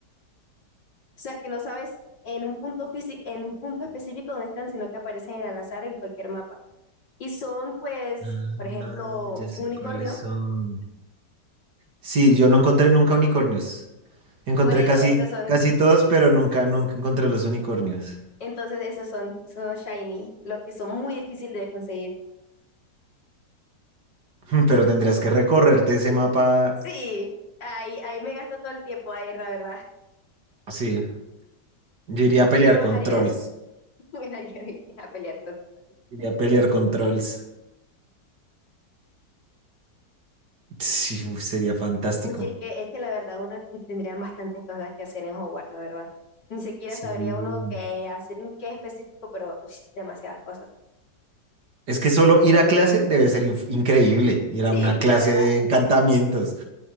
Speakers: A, on the left; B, on the right.
A: sea que no sabes en un punto físico, en un punto específico dónde están, sino que aparecen en al azar en cualquier mapa. Y son, pues,
B: Ah,
A: por ejemplo,
B: ya sé
A: un unicornio,
B: cuáles son. Sí, yo no encontré nunca unicornios. Encontré
A: por eso
B: casi,
A: esos son,
B: casi todos, pero nunca, nunca encontré los unicornios.
A: entonces esos son, son los shiny, los que son muy difíciles de conseguir.
B: <laughs> Pero tendrías que recorrerte ese mapa.
A: Sí, ahí, ahí me gasto todo el tiempo ahí, la verdad.
B: Sí, yo iría a
A: ¿Y
B: pelear
A: qué más
B: con
A: harías?
B: trolls.
A: <laughs> Me haría ir a pelear con...
B: Sería pelear controls Sí, uy, sería fantástico.
A: Uy, es que, es que la verdad uno tendría bastantes cosas que hacer en Hogwarts, la verdad. Ni siquiera
B: Sí.
A: sabría uno qué hacer, en qué específico, pero uy, demasiadas cosas.
B: Es que solo ir a clase debe ser inf- increíble. Ir
A: Sí,
B: a una
A: <laughs>
B: clase
A: la verdad,
B: de encantamientos.